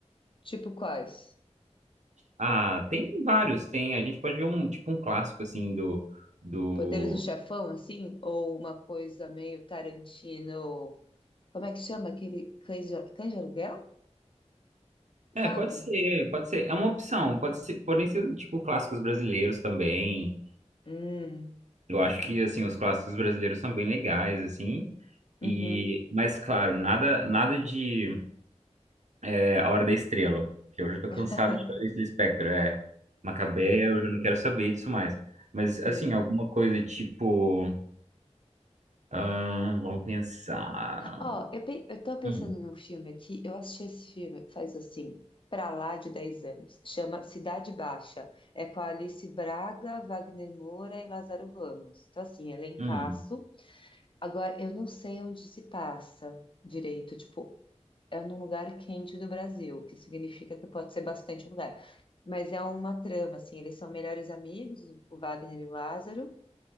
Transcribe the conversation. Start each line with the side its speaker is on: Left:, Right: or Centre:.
Left: Tipo quais?
Right: Ah, tem vários, tem. A gente pode ver um, tipo, um clássico, assim, do, do...
Left: Poderes do Chefão, assim? Ou uma coisa meio Tarantino. Como é que chama aquele cães de, cães de aluguel? Sabe?
Right: É, pode ser, pode ser. É uma opção, pode ser, podem ser, tipo, clássicos brasileiros também.
Left: Hum,
Right: Eu acho que, assim, os clássicos brasileiros são bem legais, assim.
Left: uhum,
Right: E, mas, claro, nada, nada de... É A Hora da Estrela, que hoje eu tô
Left: <laughs>
Right: cansado de fazer isso do Lispector, é Macabé, eu já não quero saber disso mais. Mas, assim,
Left: sim.
Right: alguma coisa tipo, ahn, vamos pensar...
Left: Ó, eu, pe- eu tô pensando
Right: Hum,
Left: num filme aqui. Eu assisti esse filme faz assim, pra lá de 10 anos. Chama Cidade Baixa. É com a Alice Braga, Wagner Moura e Lázaro Ramos. Então, assim, elencaço.
Right: hum,
Left: Agora, eu não sei onde se passa direito, tipo, é num lugar quente do Brasil, que significa que pode ser bastante lugar. Mas é uma trama, assim, eles são melhores amigos, o Wagner e o Lázaro,